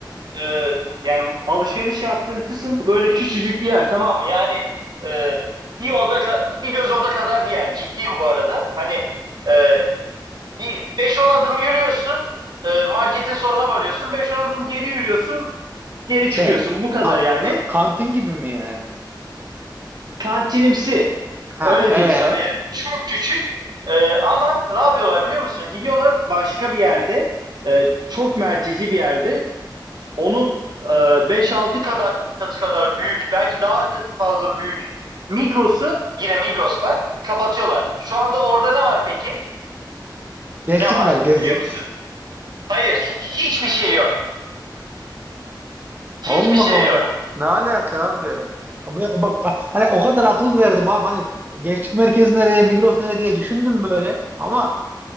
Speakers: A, on the right (about 60°); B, on the right (about 25°).
A: e, yani alışveriş yaptığın kısım böyle küçücük bir yer tamam mı? Yani e, bir oda ka- bir göz oda kadar bir yer. Ciddiyim bu arada. Hani e, bir beş on adım yürüyorsun. e, marketin sonuna varıyorsun. beş on adım geri yürüyorsun. Geri
B: Şey,
A: çıkıyorsun. Bu kadar
B: ka-
A: yani.
B: ka- kantin gibi mi yani?
A: Kantinimsi.
B: Ha,
A: Öyle diyeyim
B: ee?
A: sana. Yani çok küçük. E, ama ne yapıyorlar biliyor musun? Gidiyorlar başka bir yerde e, çok merkezi bir yerde Onun e, beş altı kadar katı kadar büyük, belki daha fazla büyük Migros'u yine Migros bak kapatıyorlar. Şu anda orada ne var peki?
B: Gençlik
A: Ne var?
B: merkezi.
A: Biliyor musun? Hayır, hiçbir şey yok. Hiçbir
B: Allah
A: şey
B: Allah
A: yok.
B: ne, ne alaka abi? Abi bak hani o kadar akıl verdim abi hani gençlik merkezi nereye, Migros nereye diye düşündüm böyle. Ama